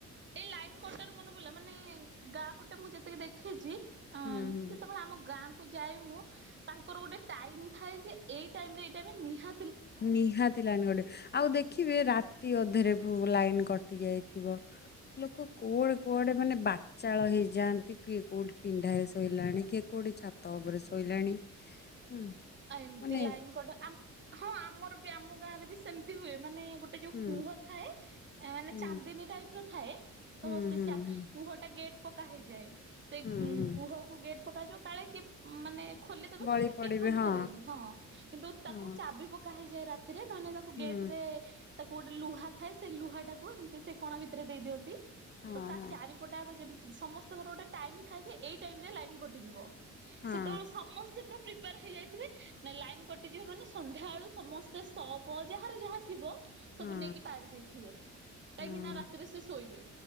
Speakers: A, on the right (about 40°); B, on the left (about 35°).
A: ଏଇ ଲାଇନ କଟାରୁ ମନେପଡିଲା, ମାନେ ଗାଁପଟେ ମୁଁ ଯେତକି ଦେଖିଚି ଅଁ
B: ହୁଁ ହୁଁ
A: ଯେତେବେଳେ ଆମ ଗାଁ କୁ ଯାଏ ମୁଁ, ତାଙ୍କର ଗୋଟେ ଟାଇମ ଥାଏ ଯେ ଏଇ ଟାଇମରେ ଏଇ ଟାଇମ୍ ରେ ନିହା
B: ନିହାତି ଲାଇନ କଟେ, ଆଉ ଦେଖିବେ ରାତି ଅଧେରେ ଉ ଲାଇନ କଟି ଯାଇଥିବ। ଲୋକ କୋଆଡେ କୁଆଡେ ମାନେ ବାଚାଳ ହେଇଯାଆନ୍ତି କିଏ କୋଉଠି ପିଣ୍ଡାରେ ଶୋଇଲାଣି, କିଏ କୋଉଠି ଗୋଟେ ଛାତ ଉପରେ ଶୋଇଲାଣି। ହୁଁ
A: ଆ ଏମିତି
B: ମାନେ
A: ଲାଇନକଟେ, ଆ ହଁ ଆମର ବି ଆମ ଗାଁରେ ବି ସେମିତି ହୁଏ ମାନେ ଗୋଟେ ଯୋଉ
B: ହୁଁ
A: କୁହ ଥାଏ ମାନେ
B: ହୁଁ
A: ଚାନ୍ଦିନୀ ଟାଇପର ଥାଏ। ତ
B: ହୁଁ
A: ସେ
B: ହୁଁ
A: ଚା
B: ହୁଁ
A: କୁହଟା ଗେଟ୍ ପକା ହେଇଯାଏ ସେଇ
B: ହୁଁ
A: ଉଁ
B: ହୁଁ
A: କୁହକୁ ଗେଟ୍ ପକା ଯିବ କାଳେ କିଏ ମାନେ ଖୋଲିଦବକି
B: ଗଳି
A: ଗେଟ୍
B: ପଡିବେ
A: କେହି ଖୋଲି
B: ହଁ
A: ପାରିବେନି ହଁ, କିନ୍ତୁ ତାକୁ
B: ହଁ
A: ଚାବିପକା ହେଇଯାଏ ରାତିରେ, ନହଲେ ତାକୁ
B: ହୁଁ
A: ଗେଟ ରେ ଗୋଟେ ଲୁହା ଥାଏ, ସେ ଲୁହାଟାକୁ ଏମିତି ସେ କଣଭିତରେ ଦେଇିଦିଅନ୍ତି।
B: ହଁ
A: ତ ତା
B: ହଁ
A: ଚାରିପଟାକ ଯେମତି, ସମସ୍ତଙ୍କର ଗୋଟେ ଟାଇମ ଥାଏ ଯେ ଏଇ ଟାଇମରେ ଲାଇନ କଟିଯିବ।
B: ହଁ
A: ସେତେବେଳେ ସମସ୍ତେ ପୁରା ପ୍ରି ପେର ହେଇଯାଇଥିବେ ଲାଇନ କଟିଯିବ ମାନେ ସନ୍ଧ୍ୟାବେଳୁ ସମସ୍ତେ ସପ ଯାହାର ଯାହା ଥିବ ସବୁ
B: ହଁ
A: ନେଇକି ପାରି ଦେଇଥିବେ,
B: ହଁ
A: କାହିଁକି ନା ରାତିରେ ସେ ଶୋଇବେ।